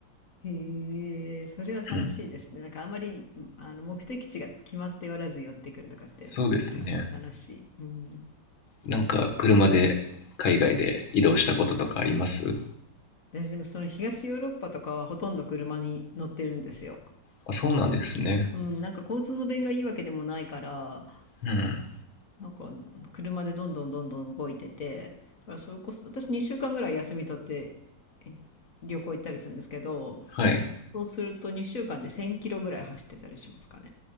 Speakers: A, on the left (about 45°); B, on the left (about 85°).
A: へえ、それは楽しいですね。
B: うん、
A: なんかあまりあの目的地が決まっておらず寄ってくるとかってなんか楽しい。
B: そうですね。
A: うん。
B: なんか車で海外で移動したこととかあります
A: 私でもその東ヨーロッパとかはほとんど車に乗ってるんですよ。
B: あそうなんですね。
A: うん、なんか交通の便がいいわけでもないから
B: うん。
A: なんか車でどんどんどんどん動いててだからそれこそ私2週間ぐらい休み取ってえ旅行行ったりするんですけど
B: はい。
A: そうすると2週間で1,000キロぐらい走ってたりしますかね。